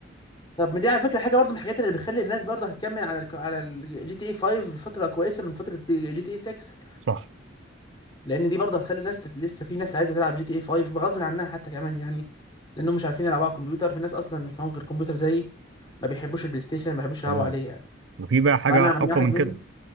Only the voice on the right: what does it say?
صح
تمام
وفي بقى حاجة
أقوى
من
كده